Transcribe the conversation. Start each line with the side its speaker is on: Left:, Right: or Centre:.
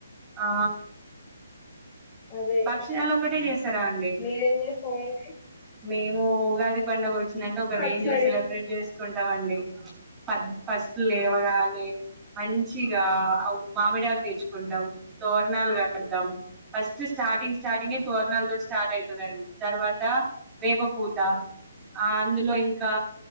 Right: ఆ
Left: అదే
Right: భక్షణాలు ఒకటే చేసారా అండి
Left: మీరేం చేస్తారండి
Right: మేం ఊ ఉగాది పండగ ఒచ్ టె ఒక
Left: పచ్చడి
Right: రేంజ్ ల సెబ్రేట్ చేస్ కుంటమండి పద్ ఫస్ట్ లేవగానే మంచిగా మామిడాకు తెచ్చుకుంటాం తోరణాలు కడతాం ఫస్ట్ ట్ స్టార్టింగ్ స్టార్టింగె తోర్ణాలతోటి స్టార్ట్ ఐతదండి తర్వాత వేప పూత ఆ అందులో ఇంకా